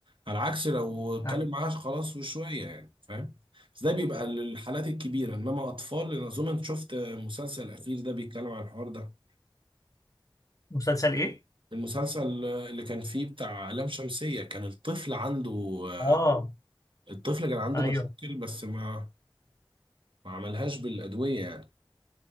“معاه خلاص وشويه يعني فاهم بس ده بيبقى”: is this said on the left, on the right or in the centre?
Right